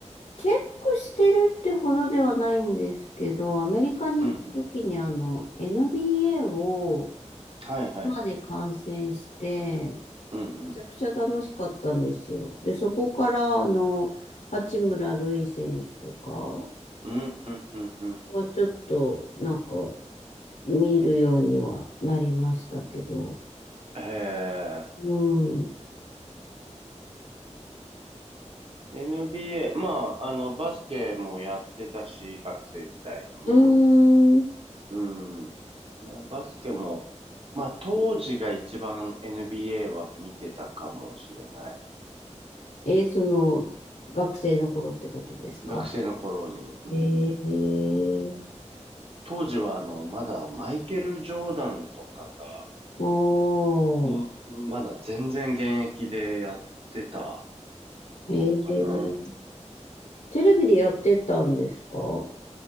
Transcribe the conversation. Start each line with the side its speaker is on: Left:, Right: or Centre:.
Left: チェックしてるってほどではないんですけど、アメリカに行った時にあの、
Right: うんうん。
Left: NBA を
Right: はいはい。
Left: 生で観戦して、め
Right: うん
Left: ちゃくちゃ楽しかったんですよ。で、そこからあの、八村塁選手とか
Right: うん。うんうんうんうん。
Left: はちょっとなんか見るようにはなりましたけど、
Right: え
Left: うん。う
Right: ー、NBA、まあ、あの、バスケもやってたし、学生時代に。
Left: ーん。
Right: うん。なバスケも、まあ当時が一番 NBA は見てたかもしれない。
Left: え、その、学生の頃ってことですか
Right: 学生の頃に。うん。
Left: えー、
Right: 当時はあの、まだマイケル・ジョーダンとかが、
Left: おー。
Right: うんまだ全然現役でやってた
Left: えー、
Right: 頃かな。
Left: テレビでやってたんですか